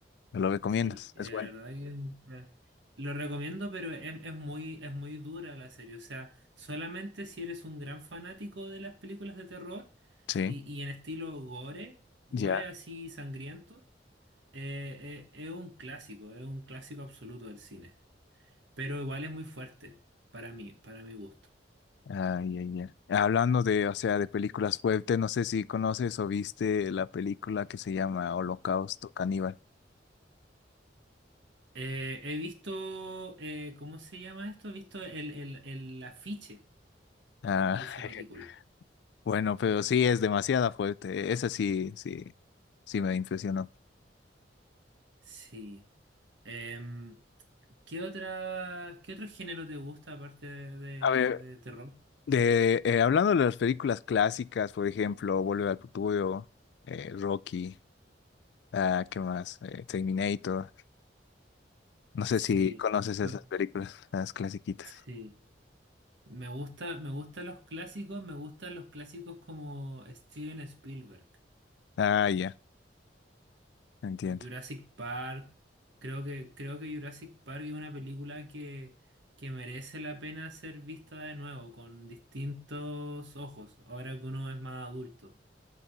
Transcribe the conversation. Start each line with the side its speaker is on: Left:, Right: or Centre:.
Left: ¿Me lo recomiendas?
Right: Sí, de
Left: Es bueno.
Right: verdad que es un clas- lo recomiendo, pero es, es muy, es muy dura la serie. O sea, solamente si eres un gran fanático de las películas de terror
Left: Sí,
Right: y, y en estilo gore, gore
Left: ya.
Right: así sangriento, eh, eh, es un clásico, es un clásico absoluto del cine. Pero igual es muy fuerte para mí, para mi gusto.
Left: ah ya, ya. Hablando de, o sea, de películas fuertes, no sé si conoces o viste la película que se llama Holocausto Caníbal.
Right: Eh, he visto, eh, ¿cómo se llama esto? He visto el, el, el afiche
Left: Ah,
Right: de esa
Left: <laughs>
Right: película.
Left: bueno, pero sí es demasiada fuerte. Esa sí, sí, sí me impresionó.
Right: Sí. Em, ¿Qué otra, qué otro género te gusta aparte de, de-
Left: a ver
Right: de terror?
Left: De, eh, hablando de las películas clásicas, por ejemplo, Volver al Futuro, eh, Rocky, ah, ¿qué más? Eh, Terminator. No sé
Right: Sí,
Left: si conoces
Right: yo-
Left: esas películas, las clasiquitas.
Right: sí. Me gusta, me gustan los clásicos, me gustan los clásicos como Steven Spielberg,
Left: Ah, ya, entiendo.
Right: Jurassic Park. Creo que, creo que Jurassic Park es una película que, que merece la pena ser vista de nuevo, con distintos ojos, ahora que uno es más adulto.